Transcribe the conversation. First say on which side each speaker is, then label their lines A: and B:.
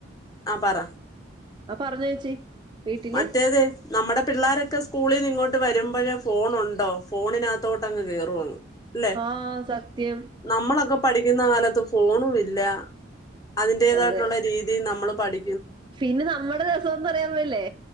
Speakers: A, on the left (about 20°); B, on the right (about 25°).
A: ആ പറ
B: ആ പറഞ്ഞോ ചേച്ചി വീട്ടില്
A: മറ്റേത്
B: ആ
A: നമ്മുടെ പിള്ളോരൊക്കെ സ്കൂളിൽ നിന്ന് ഇങ്ങോട്ട് വരുമ്പ ഫോണുണ്ടോ ഫോണിനകത്തു തൊട്ട് അങ്ങ് കേറും അല്ലെ
B: ആഹ് സത്യം
A: നമ്മളൊക്കെ പഠിക്കുന്ന കാലത്ത് ഫോണും ഇല്ല അതിന്റേതായിട്ടുള്ള
B: അതെ
A: രീതി നമ്മൾ പഠി
B: പിന്നെ നമ്മുടെ രസംന്ന് പറയുന്നത് ഇല്ലേ